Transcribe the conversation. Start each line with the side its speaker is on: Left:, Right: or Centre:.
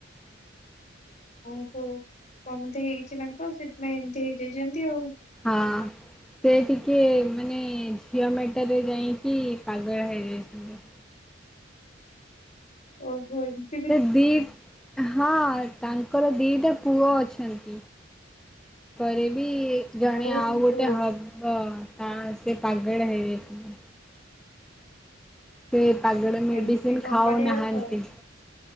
Left: ଓହୋ, କଅ ବୋଧେ ହେଇଛି ତାଙ୍କୁ ଆଉ, ସେଥିପାଇଁ ଏମିତି ହେଇଯାଇଚନ୍ତି ଆଉ।
Centre: ହଁ-ଅଁ। ସେ ଟିକେ ମାନେ ଝିଅ ମ୍ୟାଟରେ ଯାଇକି, ପାଗଳା ହେଇଯାଇଛନ୍ତି।
Left: ଓ ହୋ ଏମ
Centre: ସେ ଦି ଆଃ ହଁ ତାଙ୍କର ଦିଟା ପୁଅ ଅଛନ୍ତି, ପରେ ବି ଜଣେ
Left: ଓହୋ
Centre: ଆଉ ଗୋଟେ ହବ, ତା ସେ ପାଗଳା ହେଇ ଯାଇଛନ୍ତି। ସେ ପାଗଳ ମେଡ଼ିସିନ
Left: ଏମିତି କଣ
Centre: ଖାଉ
Left: କରିବା
Centre: ନାହାନ୍ତି।
Left: କଥା